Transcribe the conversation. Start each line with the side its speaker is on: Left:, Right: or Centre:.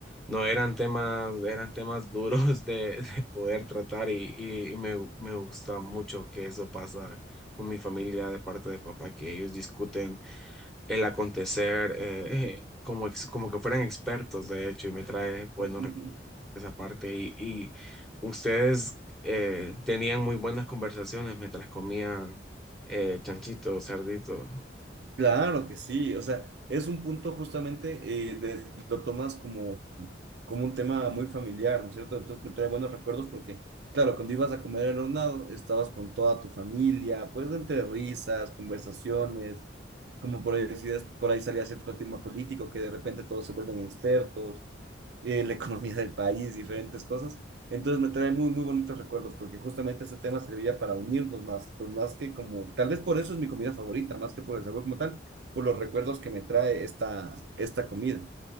Centre: no eran temas, eran temas <laughs> duros de, de poder tratar y, y- y me, me gusta mucho que eso pasa con mi familia de parte de papá, que ellos discuten el acontecer eh, <laughs> eh, como, ex- como que fueran expertos, de hecho, y me trae buenos
Right: <laughs>
Centre: esa parte y, y ustedes eh, tenían muy buenas conversaciones mientras comían eh, chanchito, cerdito.
Right: Claro que sí, o sea, es un punto justamente, eh, de- lo tomas como, como un tema muy familiar, ¿no es cierto? Entonces me trae buenos recuerdos porque, claro, cuando ibas a comer el hornado, estabas con toda tu familia, pues entre risas, conversaciones, como por ahí decías, por ahí salía cierto tema político que de repente todos se vuelven expertos, eh, la <laughs> economía del país, diferentes cosas. Entonces me trae muy, muy bonitos recuerdos, porque justamente este tema servía para unirnos más, entonces más que como, tal vez por eso es mi comida favorita, más que por el sabor como tal, por los recuerdos que me trae esta, esta comida.